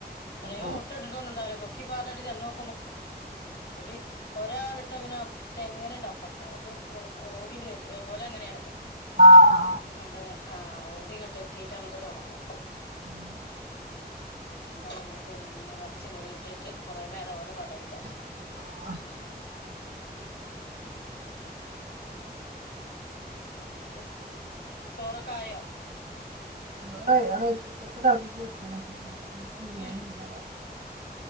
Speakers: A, on the left; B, on the right.
A: ചിലവ
B: ഓ
A: മുട്ട ഇട്ടിട്ടൊന്നും ഉണ്ടാവില്ലോ കൊക്കി പറ പറഞ്ഞിട്ട് ചെന്ന <unintelligible> ഒരാളാണ് ഇട്ട പിന്നെ ചെങ്ങനുണ്ട് അപ്പുറത്ത് അതും ഓടണ്ട ഓല അങ്ങനെയാണല്ലോ
B: ആഹ് ആഹ
A: അണ്ട് ആഹ് ഓടി ഇങ്ങോട്ട് എത്തിട്ട് അങ്ങോട്ട് തുടങ്ങും
B: ഉം
A: രണ്ടാളും കൂടി എങ്ങനെ ഒച്ചയും വിളി ഇട്ടിട്ട് കുറെേ നേരം പോലെ പാടേക്കാരം
B: ആഹ
A: <inaudible> എന്നിട്ട് ചോറൊക്കെ ആയോ
B: ഓ റൈസ് കുക്കർ ഒക്കെ തിളപ്പിച്ച്‌ വെക്കണം ബിരിയാണി
A: ഉം
B: ഉണ്ട്ട